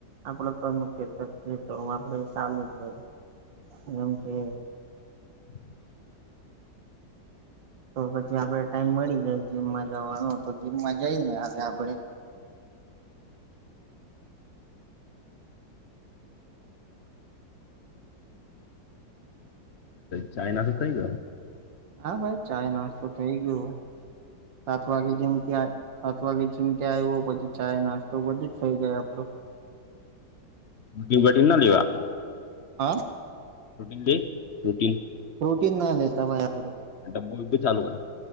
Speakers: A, on the right (about 80°); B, on the left (about 45°).
A: આપડ કર્મ ખેતર છે તોું આપડે ચાલુ છે. ગમ છે.
B: <inaudible>
A: તો પછી આપડ ટાઈમ મળી જાય જીમમાં જવાનો તો જીમમાં જઈ ને હવે આપડે.
B: <inaudible> ચાય નાસ થઈ ગ.
A: હા ભાઈ ચાાય નાસ્તો થઇ ગયો સાત વાગે જેમતી સાત વાગે જેમ. આવ્યો પછી ચાય નાસ્તો બધું જ થઈ જાય આપડું
B: ગટીને ના લેવા આપ.
A: હા.
B: પ્રોટીન દે પ્રોટીન.
A: પ્રોટીન ના લેતા મારાડે.
B: ડબ્બો બીબ્બો ચાલુ.